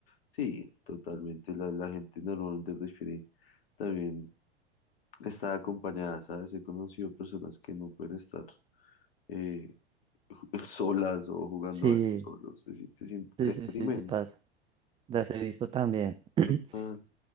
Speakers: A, on the left; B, on the right.
A: Sí, totalmente. La, la gente normalmente prefiere también estar acompañada, ¿sabes? He conocido personas que no pueden estar eh, <laughs> solas o jugando
B: Sí,
A: algo solos. Se, sien- se, sien- se
B: sí, sí,
A: deprimen.
B: sí, sí pasa. Las he visto también. <clears throat>
A: Total.